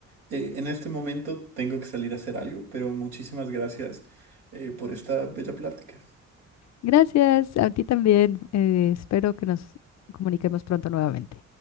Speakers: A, on the right; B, on the left.
A: Eh, en este momento tengo que salir a hacer algo, pero muchísimas gracias eh, por esta bella plática.
B: Gracias, a ti también. eh, espero que nos comuniquemos pronto nuevamente.